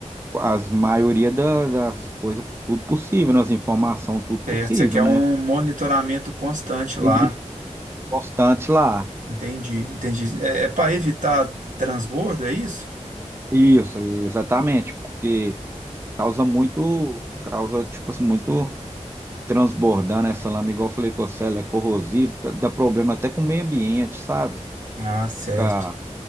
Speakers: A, on the right; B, on the right.
A: as maioria da- das coisas, tudo possível, né? As informações, tudo possível,
B: Certo, você quer
A: né?
B: um monitoramento constante lá.
A: E constante lá.
B: Entendi, entendi. É, é para evitar transbordo, é isso?
A: Isso, exatamente, porque causa muito, causa, tipo assim, muito. transbordando essa lama, igual eu falei com você, ela é corrosiva, dá, dá problema até com o meio ambiente, sabe?
B: Ah, certo.
A: Fica,